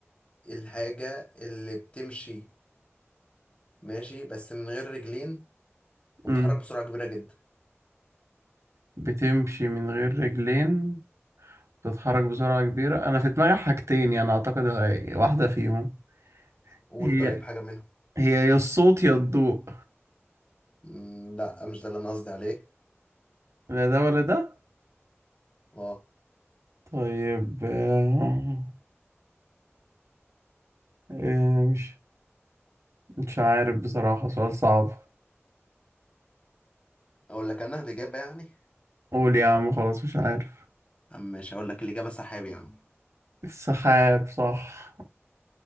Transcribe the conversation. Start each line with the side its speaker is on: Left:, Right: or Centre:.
Left: الحاجة اللي بتمشي ماشي بس من غير رجلين وبتتحرك
Right: أمم.
Left: بسرعة كبيرة جدا
Right: بتمشي من غير رجلين بتتحرك بسرعة كبيرة أنا في دماغي حاجتين يعني أعتقد واحدة فيهم
Left: قول
Right: هي
Left: طيب حاجة منهم
Right: هي يا الصوت يا الضوء
Left: مم، لا مش ده اللي أنا قصدي عليه
Right: لا ده ولا ده
Left: اه
Right: طيب آه، آه، مش مش عارف بصراحة سؤال صعب
Left: أقول لك أنا الإجابة يعني
Right: قول يا عم خلاص مش عارف
Left: عم مش هقول لك الإجابة سحاب يا عم
Right: السحاب صح